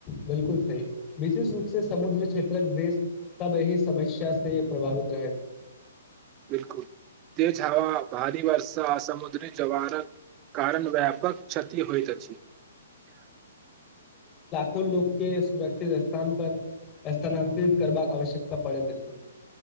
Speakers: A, on the left (about 25°); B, on the right (about 30°).
A: बिल्कुल सही विशेष रूप से समुद्र क्षेत्रक देश सब एहिह समस्या से प्रभावित रहैत
B: बिल्कुल तेज हवा भारी वर्षा समुद्री जवारक कारण व्यापक क्षति होइत अछि
A: <unintelligible> लोकके सुरक्षित स्थान पर स्थानांतरित करबाक आवश्यकता परैत अछि